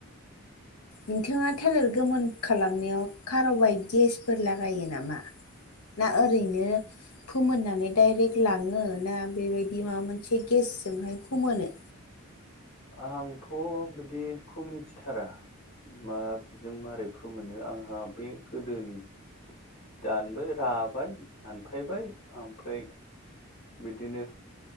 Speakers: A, on the left (about 80°); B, on the left (about 45°).
A: नोंथाङा थालिर गोमोन खालामनायाव खार'बायट गेसफोर लागायो नामा? ना ओरैनो फोमोननानै डाइरेक्ट लाङो ना बे बि माबा मोनसे गेसजोंहाय फोमोनो?
B: आंथ' बिदिखौ मिथिथारा मा जों माबारै फोमोनो आंहा बे गोदोनि दानबाय राबाय दानफायबाय ओमफ्राय बिदिनो